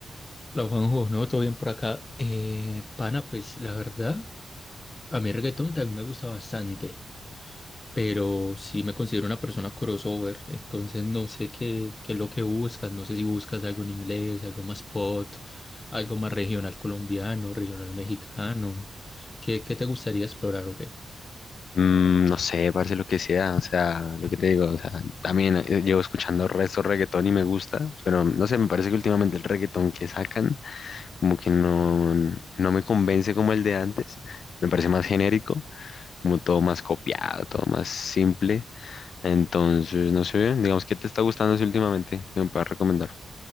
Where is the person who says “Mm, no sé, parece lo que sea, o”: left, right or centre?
Left